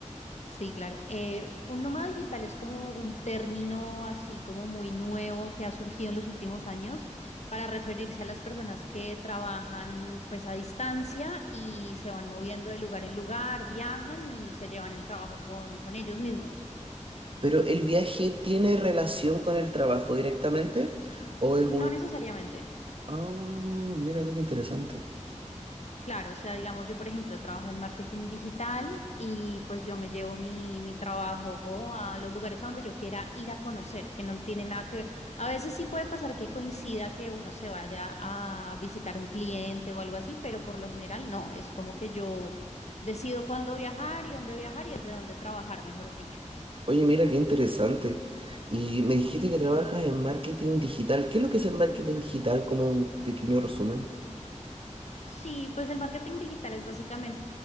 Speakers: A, on the left; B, on the right.
A: Sí, claro. Eh, un nómada digital es como un término así como muy nuevo que ha surgido en los últimos años para referirse a las personas que trabajan pues a distancia y se van moviendo de lugar en lugar, viajan y se llevan el trabajo con, con ellos mismos.
B: ¿Pero el viaje tiene relación con el trabajo directamente? ¿O es un...
A: No necesariamente.
B: Ah, mira tú, qué interesante.
A: Claro, o sea, digamos, yo por ejemplo trabajo en marketing digital y pues yo me llevo mi, mi trabajo a los lugares a donde yo quiera ir a conocer, que no tiene nada que ver. A veces sí puede pasar que coincida que uno se vaya a visitar un cliente o algo así, pero por lo general no, es como que yo decido cuándo viajar y dónde viajar y desde dónde trabajar, mejor dicho.
B: Oye, mira, qué interesante. Y me dijiste que trabajas en marketing digital. ¿Qué es lo que es el marketing digital? Como un pequeño resumen.
A: Sí, pues el marketing digital es básicamente